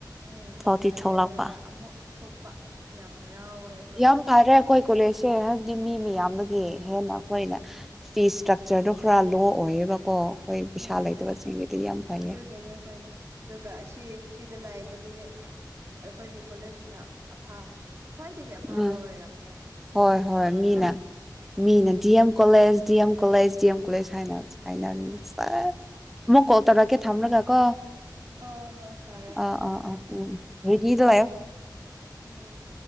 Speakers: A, on the right; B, in the centre.
A: ꯎꯝ
B: ꯊꯣꯛꯇꯤ
A: ꯄꯥꯈꯠꯂꯨꯔꯦ
B: ꯊꯣꯛꯂꯛꯄ
A: ꯑꯗꯨꯒ ꯑꯃꯨꯛ ꯊꯣꯛꯄ ꯌꯥꯝ ꯍꯔꯥꯎꯋꯦ ꯑꯩꯈꯣꯏ
B: ꯌꯥꯝ ꯐꯔꯦ ꯑꯩꯈꯣꯏ ꯀꯣꯂꯦꯖꯁꯦ ꯍꯥꯏꯕꯗꯤ ꯃꯤ ꯃꯤꯌꯥꯝꯗꯒꯤ ꯍꯦꯟꯅ ꯑꯩꯈꯣꯏꯅ
A: ꯎꯝ
B: ꯐꯤ ꯏꯁꯇ꯭ꯔꯛꯆꯔꯗꯣ ꯈꯔ ꯂꯣ ꯑꯣꯏꯌꯦꯕꯀꯣ ꯑꯩꯈꯣꯏ ꯄꯩꯁꯥ
A: ꯎꯝ
B: ꯂꯩꯇꯕꯁꯤꯡꯒꯤꯗꯤ ꯌꯥꯝ ꯐꯩꯌꯦ
A: ꯑꯗꯨꯒꯤꯅꯦ ꯑꯩꯈꯣꯏꯅꯦ ꯑꯗꯨꯒ ꯑꯁꯤ ꯁꯤꯗ ꯂꯩꯕꯗꯤ ꯑꯩꯈꯣꯏꯒꯤ ꯀꯣꯂꯦꯖꯁꯤꯅ ꯑꯐ ꯈ꯭ꯋꯥꯏꯗꯒꯤ ꯑꯐꯕ
B: ꯎꯝ
A: ꯑꯣꯏꯔꯝꯃꯦ
B: ꯍꯣꯏ
A: ꯑꯇꯣꯞꯄ
B: ꯍꯣꯏ ꯃꯤꯅ
A: ꯂꯝ
B: ꯃꯤꯅ DM college DM college DM college ꯍꯥꯏꯅ ꯍꯥꯏꯅꯔꯤꯃꯤ ꯁꯦꯁ ꯑꯃꯨꯛ ꯀꯣꯜ ꯇꯧꯔꯛꯀꯦ ꯊꯝꯂꯒ ꯀꯣ
A: ꯑ ꯍꯣꯏ ꯐꯔꯦ
B: ꯑꯥ ꯑꯥ ꯑꯥ ꯎꯝ ꯔꯦꯗꯤꯗ ꯂꯩꯌꯨ
A: ꯎꯝ